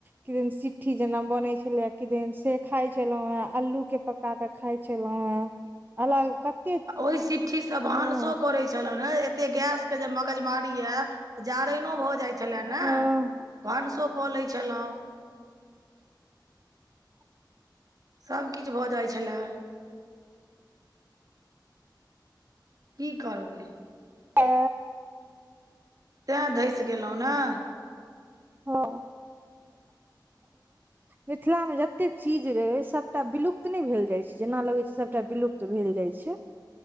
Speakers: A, on the right; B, on the right.
A: किदन सि्ठी जेना बनैत छलै, किदिन से खााय छलहुँ हे अल्लू के पक पका क खाइ छलहुँं हें अलग कते
B: आ ओई सिट्ठी स भानसो
A: हँ
B: करैत छलौ रह कते गैस के जे मगज मारी य त जारैनो भऽ जाइ छले ने
A: हँ
B: भानसो कऽ लै छलहुँ, सभ किछु भऽ जाइ छलै। की करबै
A: आ
B: तैं धसि गेलहुँ नऽ।
A: हँ।
B: <inaudible>
A: मिथिलामे जते चीज रहय सबटा विलुप्त नै भेल जाय छैय जेना लगय छैय सबटा विलुप्त भेल जाय छैय।